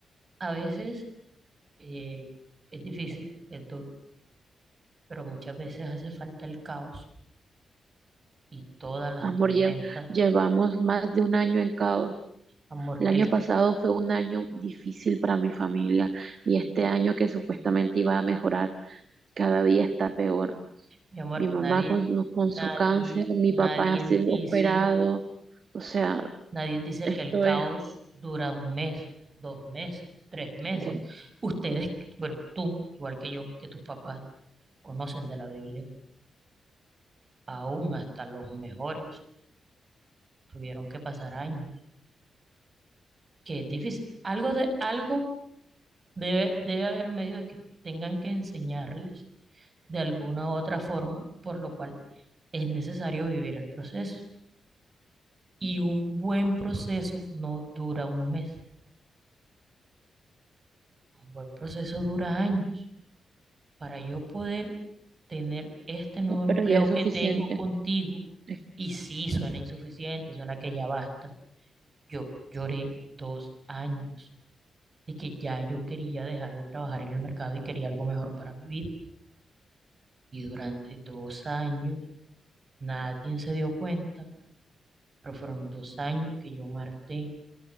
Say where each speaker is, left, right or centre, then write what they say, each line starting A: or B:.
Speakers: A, on the right; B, on the right.
A: a veces eh, es difícil, es duro, pero muchas veces hace falta el caos y todas las
B: amor,
A: tormentas
B: lle- llevamos más de un año en caos?
A: Amor,
B: El año
A: el,
B: pasado fue un año difícil para mi familia y este año que supuestamente iba a mejorar, cada día está peor.
A: mi amor,
B: mi mamá
A: nadie,
B: con, su- con
A: nadie,
B: su cáncer, mi
A: nadie
B: papá ha sido
A: dice,
B: operado, o sea,
A: nadie dice
B: esto
A: que el caos
B: es,
A: dura un mes, dos meses, tres meses.
B: yo-
A: Ustedes, bueno, tú, igual que yo, que tus papás conocen de la Biblia, aún hasta los mejores tuvieron que pasar años, que es difícil. Algo de, algo debe, debe haber medio de que tengan que enseñarles de alguna u otra forma, por lo cual es necesario vivir el proceso. Y un buen proceso no dura un mes, un buen proceso dura años. Para yo poder tener este nuevo
B: no,
A: empleo
B: pero ya es
A: que
B: suficiente.
A: tengo contigo,
B: Es-
A: y sí, suena insuficiente, suena que ya basta, yo lloré dos años de que ya yo quería dejar de trabajar en el mercado y quería algo mejor para mi vida. Y durante dos años nadie se dio cuenta, pero fueron dos años que yo marté